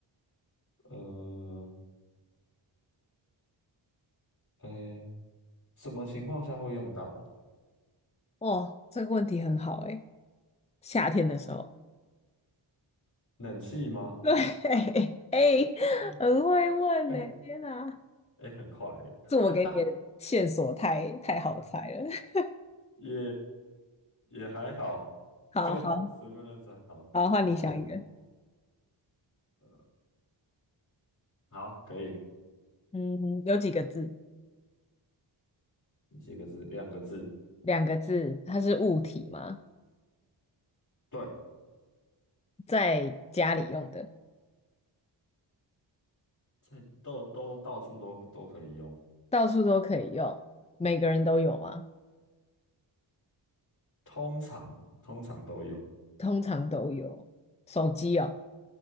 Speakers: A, on the left; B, on the left.
A: 呃，哎，什么情况下会用到啊？
B: 哦，这个问题很好诶，夏天的时候。
A: 冷气吗？
B: 对，<laughs> 哎、
A: 嗯，
B: 很会问呢、
A: 哎
B: 天哪，
A: 哎，很快欸
B: 这我给你的线索太太好猜了。
A: <laughs> 哈哈，<laughs>
B: <laughs>
A: 也也还好，
B: 好好
A: 就随便乱猜。好，
B: 好，换你想一个。
A: 换我，呃，好，可以，
B: 嗯，有几个字？
A: 几个字？两个字，
B: 两个字，它是物体吗？
A: 对，
B: 在家里用的，
A: 在都都到处都都可以用，
B: 到处都可以用，每个人都有吗？
A: 通常通常都有。
B: 通常都有。手机哦，